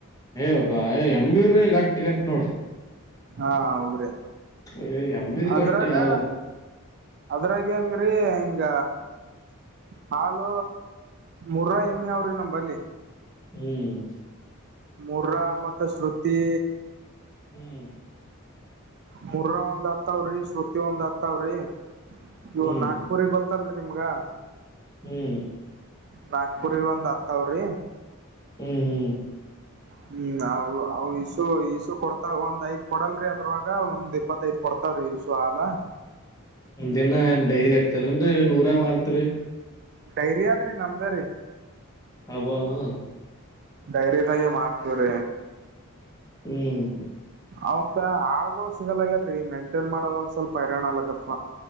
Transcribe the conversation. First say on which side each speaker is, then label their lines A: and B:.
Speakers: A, on the left (about 15°); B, on the right (about 50°).
A: ಏವೋಗ ಏ ಎಮ್ಮಿರ ಗಟ್ಟಿ ಗಟ್ಟ ನೋಡ್ರಿ
B: ಹಾ ಹೌದ್ರಿ
A: ಏ ಎಮ್ಮಿದ್
B: ಅದ್ರಾಗ
A: ಗಟ್ಟಿ ಯಾವ
B: ಅದ್ರಾಗ ಹೆಂಗ್ರಿ ಹಿಂಗ ಹಲ್ ಮುರ್ರ ಎಮ್ಮಿ ಅವ್ರಿ ನಮ್ಮ ಬಲ್ಲಿ
A: ಹ್ಮ್
B: ಮೂರ ಮತ್ತ ಶ್ರುತಿ
A: ಹ್ಮ್
B: ಮುರ್ರ ಒಂದ್ ಆತ್ತವ್ರಿ ಶ್ರುತಿ ಒಂದ್ ಹತ್ತಾವ್ರಿ ಇವ
A: ಹ್ಮ್
B: ನಾ ಪುರಿ ಗೊತ್ತಲ್ರಿ ನಿಮ್ಗ
A: ಹ್ಮ್
B: ನಾಗಪುರ್ಗ ಒಂದ್ ಅತ್ತ ಸವಾರಿ
A: ಹ್ಮ್ಮ
B: ಹ್ಮ್ ಅ ಇಸು ಇಸು ಕೊಡ್ತ ಒಂದ್ ಐದ್ ಕೊಡಲ್ರರಿ ಅದ್ರವಾಗ ಒಂದ್ ಇಪ್ಪತ್ತೈದು ಪಡ್ತಾವ್ರೀ ಸ ಹಾಲ
A: ದಿನ ಡೈರಿ ಹಾತಾರನ್ರಿ ನೂರ ಮಾಡ್ತ್ರಿ
B: ಡೈರಿ ಆದ್ರಿ ನಮ್ದ ರೀ
A: ಅಬ ಹಾ
B: ಧೈರ್ಯದಾಗೆ ಮಾರ್ತವ್ರ
A: ಹ್ಮ್
B: ಅವಕ ಹಾಲಗಳು ಸಿಗಲ್ಲಗ್ಯದ್ರೀ ಮೇಂಟೈನ್ ಮಾಡೋದ ಒಂದ್ ಸ್ವಲ್ಪ ಹೈರಾಣ ಅಲ್ಲಕಪ್ಪ